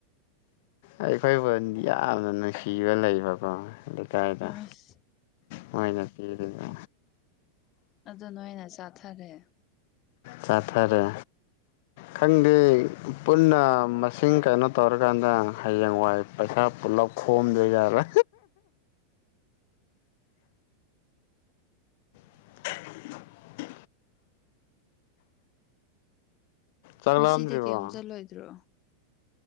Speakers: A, on the left; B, on the left.
A: ꯑꯩꯈꯣꯏꯕꯨ ꯌꯥꯝꯅ ꯅꯨꯡꯁꯤꯕ ꯂꯩꯕꯀꯣ ꯂꯩꯀꯥꯏꯗ
B: ꯑꯁ
A: ꯃꯣꯏꯅ ꯄꯤꯔꯤꯕ
B: ꯑꯗꯨ ꯅꯣꯏꯅ ꯆꯥꯊꯔꯦ
A: ꯆꯥꯊꯥꯔꯦ ꯈꯪꯗꯦ ꯄꯨꯟꯅ ꯃꯁꯤꯡ ꯀꯩꯅꯣ ꯇꯧꯔꯀꯥꯟꯗ ꯍꯌꯦꯡ ꯋꯥꯏ ꯄꯩꯁꯥ ꯄꯨꯜꯂꯞ ꯈꯣꯝꯗꯣꯏꯖꯠꯂ <inaudible> ꯆꯥꯛ
B: ꯉꯁꯤꯗꯤ
A: ꯂꯥꯝꯗ꯭ꯔꯤꯕꯣ
B: ꯀꯩꯝ ꯆꯠꯂꯣꯏꯗ꯭ꯔꯣ